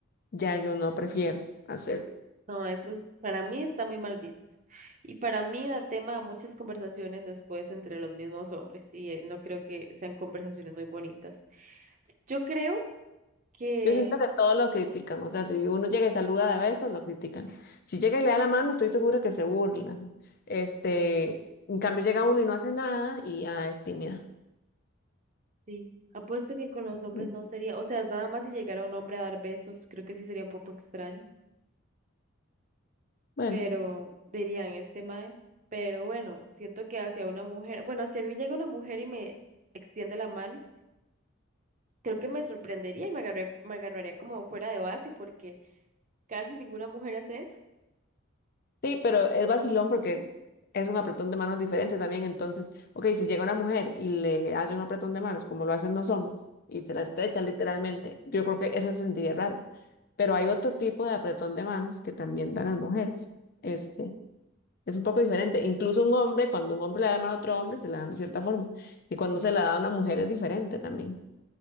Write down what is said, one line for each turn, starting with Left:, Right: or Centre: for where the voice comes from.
Left: ya yo no prefiero hacerlo.
Right: No, eso es- para mí está muy mal visto. Y para mí da tema a muchas conversaciones después entre los mismos hombres, y eh, no creo que sean conversaciones muy bonitas. Yo creo que
Left: Yo siento que todos lo critican, o sea, si uno llega y saluda de besos, lo critican. Si llega y le da la mano, estoy segura que se burlan. Este, en cambio llega uno y no hace nada y ah, es tímida.
Right: sí. Apuesto que con los hombres
Left: Mm,
Right: no sería, o sea, es nada más si llegara un hombre a dar besos, creo que sí sería un poco extraño,
Left: Bueno,
Right: pero dirían este mae. Pero bueno, siento que hacia una mujer, bueno, si a mí llega una mujer y me extiende la mano, creo que me sorprendería y me agarraría, me agarraría como fuera de base porque casi ninguna mujer hace eso.
Left: sí, pero es vacilón porque es un apretón de manos diferente también. Entonces, ok, si llega una mujer y le hace un apretón de manos, como lo hacen los hombres, y se la estrecha literalmente, yo creo que eso se sentiría raro. Pero hay otro tipo de apretón de manos que también dan las mujeres. Este, Es un poco diferente. Incluso un hombre, cuando un hombre le da la mano a otro hombre, se la dan de cierta forma. Y cuando se la da a una mujer es diferente también.